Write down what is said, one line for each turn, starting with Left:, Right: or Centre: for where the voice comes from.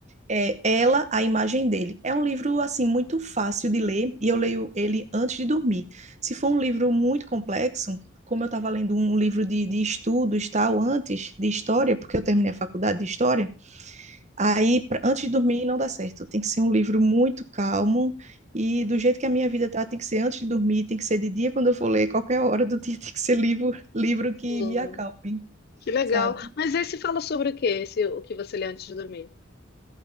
Right: é Ela, a Imagem dele. É um livro, assim, muito fácil de ler e eu leio ele antes de dormir. Se for um livro muito complexo, como eu estava lendo um livro de, de estudos, tal, antes de história, porque eu terminei a faculdade de história, Aí, pra- antes de dormir, não dá certo. Tem que ser um livro muito calmo. E do jeito que a minha vida tá, tem que ser antes de dormir, tem que ser de dia quando eu for ler, qualquer hora do dia <laughs> tem que ser livro, livro que
Left: Sim,
Right: me acalme,
Left: que legal.
Right: sabe?
Left: Mas esse fala sobre o quê? Esse, o que você lê antes de dormir?